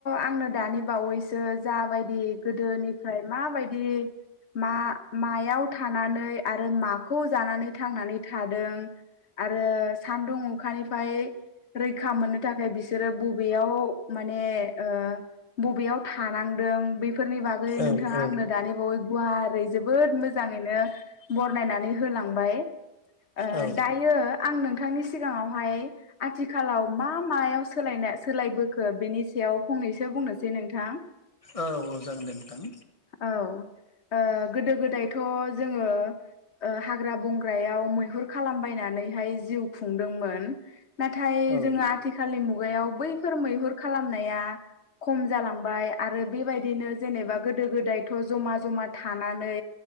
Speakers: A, on the left (about 80°); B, on the left (about 30°).
A: आंनो दानि बावैसो जाबायदि गोदोनिफ्राय माबायदि मा मायाव थानानै आरो माखौ जानानै थांनानै थादों। आरो सान्दुं अखानिफ्राय रैखा मोननो थाखाय बिसोरो बबेयाव माने ओ बबेयाव थानांदों बे फोरनि बागै
B: औ
A: नोंथाङा
B: औ
A: आंनो दानि बावै गुवारै जोबोद मोजांङैनो बरनायनानै हो लांबाय ओ
B: औ
A: दायो आं नोंथांनिसि सिगांङावहाय आथिखालाव मा मायाव सोलायने सोलायबो खो बिनि सायाव फंनैसो बुंनोसै नोंथां।
B: औ औ जागोन दे नोंथां।
A: औ ओ गोदो गोदायथ जोंङो। ओ हाग्रा बंग्रायाव मैहुर खालामबायनानै हाय जिउ खुंदोंमोन नाथाय
B: औ
A: जोंङो आथिखालनि मुगायाव बैफोर मैहुर खालामनाया खम जालांबाय आरो बेबायदिनो जेनेबा गोदो गोदायथ' जमा जमा थानानै।